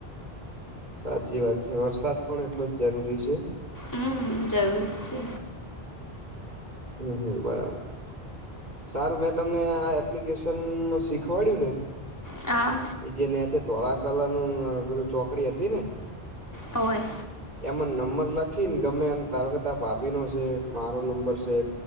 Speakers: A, on the right; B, on the left.
A: સાચી વાત છે વરસાદ પણ એટલો જ જરૂરી છે.
B: હમ જરૂરી છે.
A: હમ હમ બરાબર. સારું મેં તમને આ એપ્લિકેશન શીખવાડયું ને.
B: હા.
A: એ જે નેચે ધોળા કલરનું પેલું ચોકડી હતી ને.
B: હોવે.
A: એમાં નંબર લખી ને ગમે એ તારો કે તાર ભાભી નો છે મારો નંબર છે.